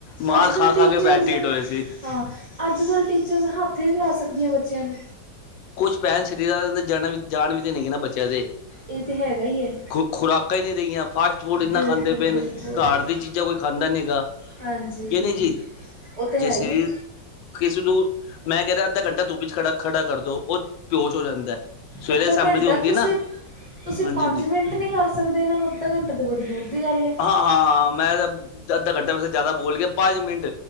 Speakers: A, on the left; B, on the right.
A: ਮਾਰ
B: ਅੱਜ ਕੱਲ
A: ਖਾ
B: ਟੀਚਰਸ
A: ਖਾ ਕੇ ਪੈਂਟੀਟ ਹੋਏ ਸੀ
B: ਹਾਂ ਅੱਜ ਕੱਲ੍ਹ ਟੀਚਰਸ ਹੱਥ ਈ ਨੀ ਲਾ ਸਕਦੀਆਂ ਬੱਚਿਆਂ ਨੂੰ
A: ਕੁਛ ਭੈਣ ਸਰੀਰ ਜਾਨ ਵੀ ਦੇ ਨੇ ਕਿ ਨਾ ਬੱਚਿਆਂ ਦੇ
B: ਇਹ ਤਾਂ ਹੈਗਾ ਹੀ ਹੈ
A: ਖੁਰਾਕਾਂ ਈ ਨੀ ਰਹੀਆਂ ਫਾਸਟ ਫੂਡ ਇੰਨਾ
B: ਬਿਲਕੁਲ
A: ਖਾਂਦੇ ਪਏ
B: ਬਿਲਕੁਲ
A: ਨੇ ਘਰ ਦੀ ਚੀਜ਼ਾਂ ਕੋਈ ਖਾਂਦਾ ਨੀ ਹੈਗਾ।
B: ਹਾਂਜੀ
A: ਕਿ ਨਹੀਂ ਜੀ
B: ਉਹ ਤਾਂ
A: ਜੇ
B: ਹੈ
A: ਸਰੀਰ
B: ਈ ਐ।
A: ਕਿਸੇ ਨੂੰ ਮੈਂ ਕਹਿ ਰਿਆ ਅੱਧਾ ਘੰਟਾ ਧੁੱਪੀ ਚ ਖੜਾ ਖੜਾ ਕਰਦੋ ਉਹ ਬੇਹੋਸ਼ ਹੋ ਜਾਂਦਾ। ਸਵੇਰੇ
B: ਅੱਧਾ
A: ਅਸੈਂਬਲੀ
B: ਘੰਟਾ
A: ਹੁੰਦੀ
B: ਤੁਸੀਂ,
A: ਹੈ ਨਾ
B: ਤੁਸੀਂ
A: ਹਾਂਜੀ
B: ਪੰਜ
A: ਹਾਂਜੀ
B: ਮਿੰਟ ਨੀ ਖੜ ਸਕਦੇ ਸਕਦੇ ਇਹਨਾ ਨੂੰ ਅੱਧਾ ਘੰਟੇ ਤੇ ਬੜੀ ਦੂਰ ਦੀ ਗੱਲ ਐ।
A: ਹਾਂ ਹਾਂ ਮੈਂ ਤਾਂ ਅੱਧਾ ਘੰਟਾ ਵੈਸੇ ਜ਼ਿਆਦਾ ਬੋਲ ਗਿਆ ਪੰਜ ਮਿੰਟ